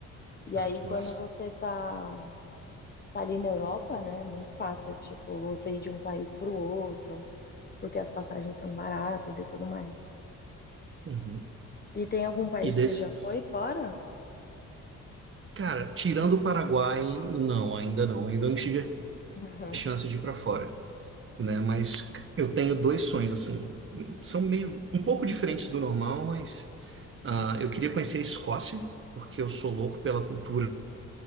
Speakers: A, on the left; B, on the right.
A: E
B: Ah,
A: aí,
B: que
A: quando
B: massa.
A: você tá, tá ali na Europa, né, é muito fácil, tipo, você ir de um país para o outro. porque as passagens são baratas e tudo mais.
B: Uhum.
A: E tem algum país
B: E desses?
A: que você já foi fora?
B: Cara, tirando o Paraguai, não, ainda não. Ainda não tive
A: Uhum.
B: a chance de ir para fora. né? Mas eu tenho dois sonhos assim, são meio um pouco diferentes do normal, mas ah, eu queria conhecer a Escócia, porque eu sou louco pela cultura